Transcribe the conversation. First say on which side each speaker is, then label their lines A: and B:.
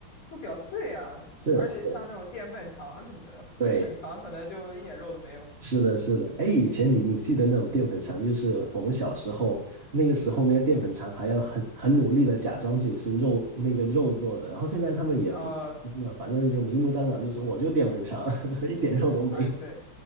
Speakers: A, on the left; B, on the right.
A: 都比较脆啊，去而且像那种淀粉肠什么的，
B: 是是，
A: <laughs>
B: 对，
A: 淀粉肠可能就一点肉都没有。
B: 是的，是的，哎，以前你你记得那种淀粉肠，就是我们小时候那个时候，那些淀粉肠还要很很努力的假装自己是肉那个肉做的，然后现在他们也不敢了，
A: 呃，
B: 反正就明目张胆就说我就淀粉肠，<laughs> 一点肉都没有。
A: 哎，对，